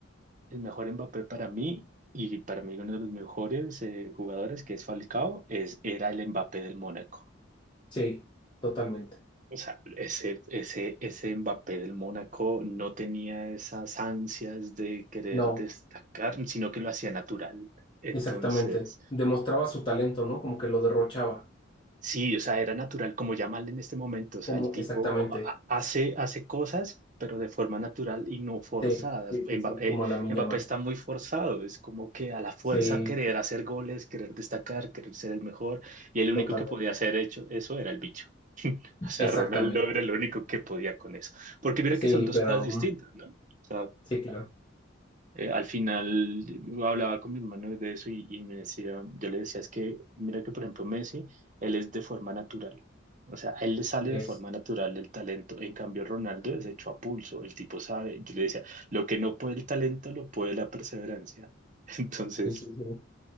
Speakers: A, on the right (about 40°); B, on the left (about 25°).
A: el mejor Mbappé para mí, y para mí uno de los mejores eh, jugadores que es Falcao, es, era el Mbappé del Mónaco.
B: sí, totalmente.
A: O sea, ese, ese, ese Mbappé del Mónaco no tenía esas ansias de querer
B: No,
A: destacar, sino que lo hacía natural. Entonces,
B: exactamente. Demostraba su talento, ¿no? Como que lo derrochaba.
A: Sí, o sea, era natural, como ya mal en este momento, o sea,
B: Como
A: el tipo
B: exactamente.
A: ha- hace, hace cosas, pero de forma natural y no forzadas.
B: Sí, sí,
A: Mba-
B: sí, sí.
A: eh,
B: Como Lamine
A: Mbappé
B: Yamal.
A: está muy forzado, es como que a la fuerza
B: Sí.
A: querer hacer goles, querer destacar, querer ser el mejor, y el único
B: Totalmente.
A: que podía hacer hecho, eso era el bicho. O sea,
B: Exactamente.
A: Ronaldo era el único que podía con eso. Porque mira
B: Sí,
A: que son dos
B: pero
A: cosas distintas,
B: mm,
A: ¿no? O sea,
B: sí, claro.
A: eh, al final yo hablaba con mi hermano de eso y, y me decía, yo le decía, es que mira que por ejemplo Messi, él es de forma natural, o sea, a él le sale
B: Es,
A: de forma natural el talento, en cambio Ronaldo es hecho a pulso, el tipo sabe, yo le decía, lo que no puede el talento lo puede la perseverancia, <laughs> entonces
B: sí, sí, sí.